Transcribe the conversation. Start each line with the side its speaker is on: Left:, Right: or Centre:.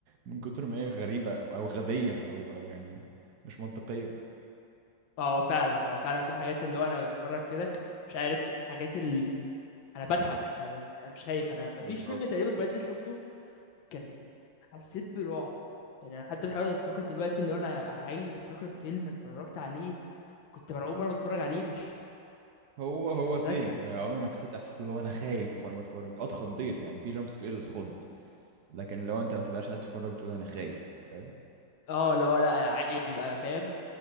Right: من كتر ما هي غريبه او أو غبيه او او يعني مش منطقيه
Left: اه هو فعلا هو فعلا في حاجات اللي هو انا بتفرج كده مش عارف حاجات اللي انا بضحك انا انا مش خايف انا مفيش
Right: بالظبط
Left: فيلم تقريبا بجد شفته كان حسيت برعب يعني انا حتى بحاول افتكر دلوقتي اللي هو انا عايز افتكر فيلم اتفرجت عليه كنت مرعوب وانا بتفرج عليه مش
Right: هو هو
Left: مش متذكر
Right: سيم يعني عمري ما حسيت احساس اللي هو انا خايف وانا بتفرج اه اتخضيت يعني في جامب سكيرز خض لكن لو انت ما تبقاش قاعد تتفرج تقول انا خايف فاهم
Left: اه لا لا ع- بيبقى فاهم